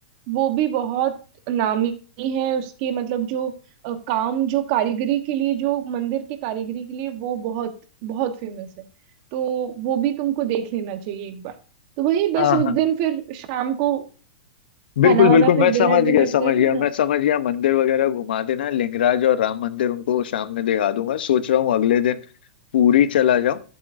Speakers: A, on the right; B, on the left.
A: वो भी बहुत नामी है उसके मतलब जो अ, काम जो कारीगरी के लिए जो मंदिर के कारीगरी के लिए वो बहुत बहुत फेमस है तो वो भी तुमको देख लेना चाहिए एक बार तो वही बस
B: हाँ
A: उस
B: हाँ
A: दिन फिर शाम को
B: बिल्कुल
A: खाना वाना
B: बिल्कुल मैं
A: फिर
B: समझ
A: डिनर
B: गया
A: विनर
B: समझ
A: कर
B: गया
A: लेना
B: मैं समझ गया मंदिर वगैरह घुमा देना लिंगराज और राम मंदिर उनको शाम में दिखा दूंगा सोच रहा हूँ अगले दिन पूरी चला जाऊं